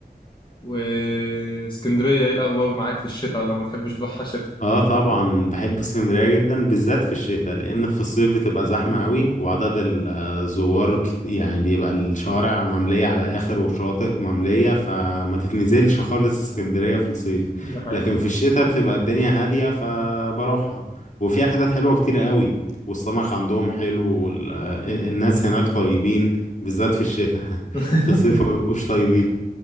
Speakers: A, on the left; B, on the left.
A: <laughs> واسكندرية ايه الاخبار معاك في الشتاء ولا ما تحبش تروحها شتاء
B: اه طبعا بحب اسكندرية جدا بالذات في الشتاء لان في الصيف بتبقى زحمة قوي وعدد الزوار كت- يعني بيبقى الشوارع مملية على الاخر والشواطئ مملية فما تتنزلش خالص اسكندرية في الصيف
A: ده حقيقي
B: لكن في الشتاء بتبقى الدنيا هادية فبروحها وفيها حتت حلوة كتير قوي والسمك عندهم حلو والناس هناك طيبين بالذات في الشتاء <laughs>
A: <laughs>
B: في الصيف ما بيبقوش طيبين